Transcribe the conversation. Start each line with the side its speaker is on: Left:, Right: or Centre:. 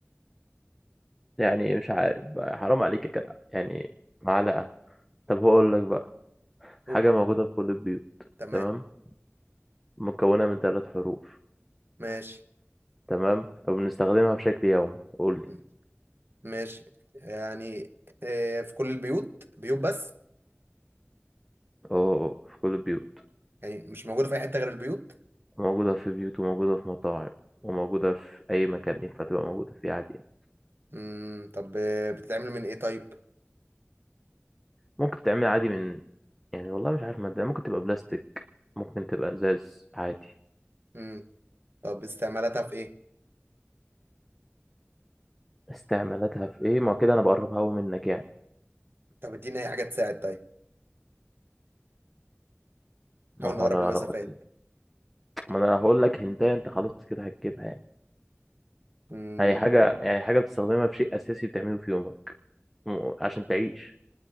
Centre: يعني مش عارف بقى حرام عليك يا جدع يعني معلقه طب هو اقول لك بقى حاجه
Right: قول
Centre: موجوده في كل البيوت
Right: تمام
Centre: تمام مكونه من ثلاث حروف
Right: ماشي
Centre: تمام وبنستخدمها بشكل يومي قول لي
Right: مم. ماشي يعني آه، في كل البيوت بيوت بس
Centre: اه آه، في كل البيوت
Right: يعني مش موجودة في أي حتة غير البيوت
Centre: موجوده في بيوت وموجوده في مطاعم وموجوده في اي مكان ينفع تبقى موجوده فيه عادي يعني.
Right: امم طب آه، بتتعمل من إيه طيب
Centre: ممكن تتعمل عادي من يعني والله مش عارف مادة ممكن تبقى بلاستيك ممكن تبقى ازاز عادي
Right: امم طب استعمالاتها في إيه
Centre: استعمالاتها في ايه ما هو كده انا بقربها
Right: مم.
Centre: قوي منك يعني
Right: طب اديني أي حاجة تساعد طيب
Centre: ما
Right: حاول
Centre: هو
Right: نقرب
Centre: انا
Right: المسافات
Centre: لو قلت ما انا هقول لك هنتايه انت خلاص كده هتجيبها يعني
Right: امم
Centre: يعني حاجة يعني حاجة بتستخدمها في شيء اساسي بتعمله في يومك م- عشان تعيش